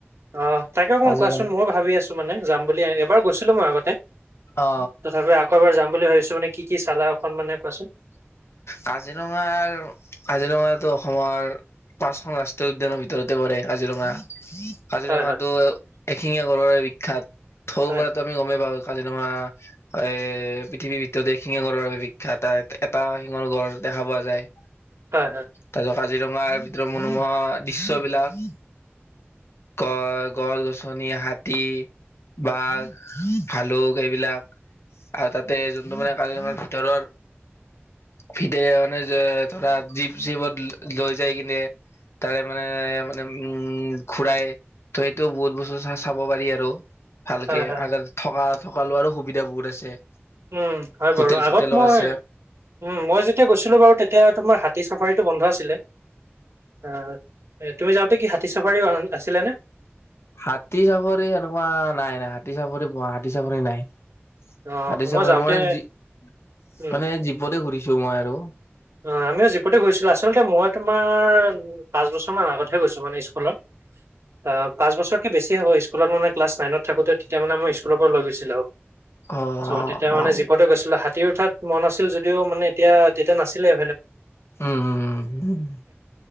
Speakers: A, on the right (about 80°); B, on the left (about 70°).
A: অ তাকে অকমান
B: কাজিৰঙা।
A: কোৱাচোন ময়ো ভাবি আছো মানে যাম বুলি এবাৰ গৈছিলো মই আগতে
B: অ
A: তথাপি আকৌ এবাৰ যাম বুলি ভাবিছো মানে কি কি চালে অকন মানে কোৱাচোন।
B: কাজিৰঙাৰ কাজিৰঙা টো অসমৰ পাঁচখন ৰাষ্ট্ৰীয় উদ্যানৰ ভিতৰতে পৰে় কাজিৰঙা, কাজিৰঙাটো
A: হয় হয়
B: এশিঙীয়া গড়ৰ বাবে বিখ্যাত থৌ
A: হয়
B: পৰা আমি গমেই পাওঁ কাজিৰঙা এ পৃথিৱীৰ ভিতৰতে শিঙে গড়ৰ বাবে বিখ্যাত তাত এটা শিঙৰ গড় দেখা পোৱা যায়।
A: হয় হয়।
B: তাৰ পিছত কাজিৰঙাৰ ভিতৰত মনোমোহা দৃশ্যয়বিলাক গড় গছ গছনি হাতী বাঘ ভালুক এইবিলাক আৰু তাতে যোনটো মানে কাজিৰঙাৰ ভিতৰৰ ফিদে মানে যে ধৰা জীপ জিপত লৈ যাই কিনে তাৰে মানে মানে উম ঘুৰাই ত সেইটো বহুত বস্তু চাব পাৰি আৰু ভালকে
A: হয় হয়।
B: আগ থকা থকা লোৱাৰো সুবিধা বহুত আছে।
A: উম হয়
B: হোটেল
A: বাৰু আগত
B: চোটেলো
A: মই
B: আছে
A: উম, মই যেতিয়া গৈছিলো বাৰু তেতিয়া তোমাৰ হাতী চাফাৰীটো বন্ধ আছিলে। অ', তুমি যাওঁতে কি হাতী চাফাৰীও আছিলে নে?
B: হাতী চাফাৰী এনেকুৱা নাই নাই হাতী চাফাৰী ব হাতী চাফাৰী নাই।
A: অ'
B: হাতী চাফাৰী
A: যাওঁতে
B: মই জী
A: উম,
B: মানে জীপতে ঘূৰিছো মই আৰু।
A: অ', আমিও জীপতে গৈছিলো আচলতে মই তোমাৰ পাঁচ বছৰমান আগতহে গৈছো মানে স্কুলত। অ', পাঁচ বছৰ কি বেছি হ'ব স্কু স্কুল মানে ক্লাছ নাইনত থাকোঁ তেতিয়া মানে মই স্কুলৰ লৈ গৈছিল আৰু।
B: অ
A: চ'
B: অ
A: তেতিয়া মানে
B: অ
A: জীপতে গৈছিলো হাতী উঠাত মন আছিল যদিও মানে এতিয়া <inaudible> তোমাৰ জীপতে
B: উম উম উম।